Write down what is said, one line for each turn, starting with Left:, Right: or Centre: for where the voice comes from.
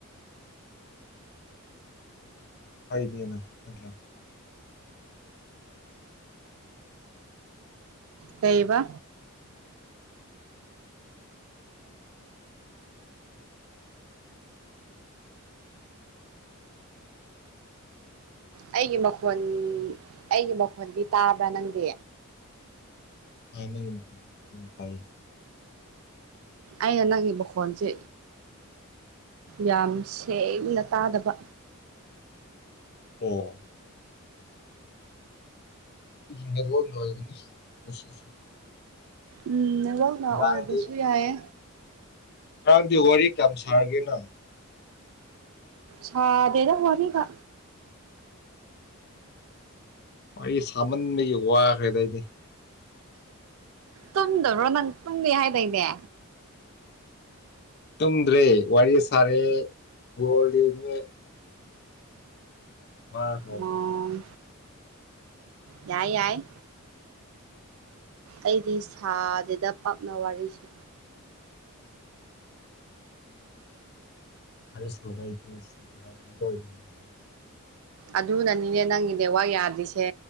Left: ꯍꯥꯏꯗꯦꯅ ꯅꯠꯇ꯭ꯔ
Right: ꯀꯩꯕ ꯑꯩꯒꯤ ꯃꯈꯣꯟ ꯑꯩꯒꯤ ꯃꯈꯣꯟꯗꯤ ꯇꯥꯕ꯭ꯔꯥ ꯅꯪꯗꯤ
Left: <unintelligible>
Right: ꯑꯩꯅ ꯅꯪꯒꯤ ꯃꯈꯣꯟꯁꯦ ꯌꯥꯝ ꯁꯦꯡꯅ ꯇꯥꯗꯕ
Left: ꯑꯣ ꯏ ꯅꯦꯠꯋꯔꯛꯅ ꯑꯣꯒꯅꯤ ꯉꯁꯤꯁꯦ
Right: ꯎꯝ ꯅꯦꯠꯋꯛꯅ
Left: ꯉꯔꯥꯡꯗꯤ
Right: ꯑꯣꯏꯕꯁꯨ ꯌꯥꯏꯌꯦ
Left: ꯉꯔꯥꯡꯗꯤ ꯋꯥꯔꯤ ꯀ꯭ꯌꯥꯝ ꯁꯥꯔꯒꯦ ꯅꯪ
Right: ꯁꯥꯗꯦꯗ ꯋꯥꯔꯤꯒ
Left: ꯋꯥꯔꯤ ꯁꯥꯃꯟꯕꯒꯤ ꯋꯥꯈ꯭ꯔꯦꯗ ꯑꯩꯗꯤ
Right: ꯇꯨꯝꯗꯕ꯭ꯔꯣ ꯅꯪ ꯇꯨꯝꯃꯦ ꯍꯥꯏꯗꯥꯏꯅꯦ
Left: ꯇꯨꯝꯗ꯭ꯔꯦ ꯋꯥꯔꯤ ꯁꯥꯔꯦ ꯕꯣꯜ ꯌꯦꯡꯉꯦ ꯋꯥꯈ꯭ꯔꯦ
Right: ꯑꯣ
Left: ꯑꯗꯨ
Right: ꯌꯥꯏ ꯌꯥꯏ ꯑꯩꯗꯤ ꯁꯥꯗꯦꯗ ꯄꯥꯛꯅ ꯋꯥꯔꯤꯁꯨ
Left: ꯑꯔꯦ ꯁꯋꯥꯥꯏꯗꯤꯁꯤ ꯍꯥꯏꯣ <unintelligible>
Right: ꯑꯗꯨꯅꯅꯤꯅꯦ ꯅꯪꯒꯤ ꯅꯦꯠꯋꯥꯔꯛ ꯌꯥꯗ꯭ꯔꯤꯁꯦ